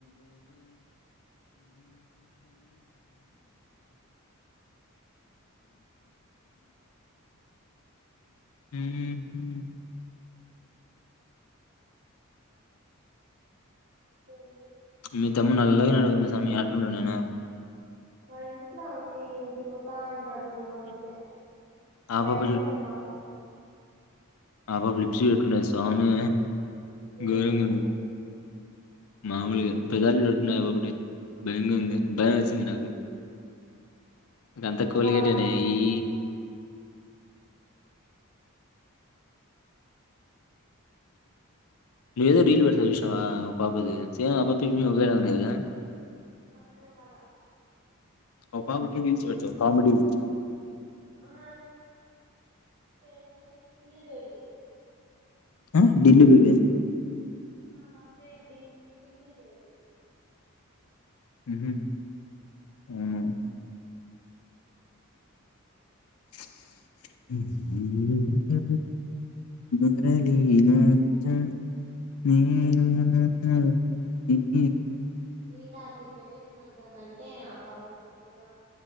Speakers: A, on the left; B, on the right.
A: హమ్
B: ఏమీ
A: మీ తమ్ముడు నల్లగ అయినాడు సామీ ఆటంటే నాయనా
B: వాడు ఇంట్లో ఉంది తిరుగు తా అంటాడు అందుకే
A: ఆ
B: బయట
A: పాప
B: ఉంటే బా
A: మా పాప లిఫ్ట్ చేయట్లే స్వామి
B: ఏంటివి
A: గోరంగ ఉంది మామూలుగా పెదాలు చటున్నాయి ఒకటి భయంగా ఉంది భయం వేసింది నాకు అంతా
B: ఆ
A: కోలిగేటేనాయె
B: పాప
A: ఈ ను ఏదో రీల్ పెట్టిన చూసినావ ఒక పాపది సేమ్ ఆ పాప ఈ పిల్ల ఒకేలా ఉన్నారు కధ
B: అర్థం కాల
A: ఒ పాపది రీల్స్ పెడ్తవు కామెడీ
B: ఆ తెల్సు లే పిల్ల బేబి
A: హ ఢిల్లీ బేబా
B: ఆ పాప పేరు సింధు బేబీ
A: మ్ హు అవునా గురళ రాజ న
B: నీలాకి ఇట్లా సినల్గా కంటే ఆ పాపు చలా